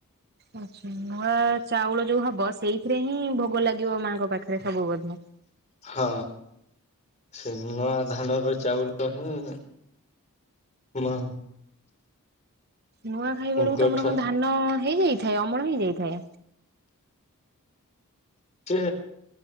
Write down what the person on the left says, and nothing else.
ହଁ ସେଇ ନୂଆ ଧାନ ର ଚାଉଳ ହିଁ ମା
କଠା
କେ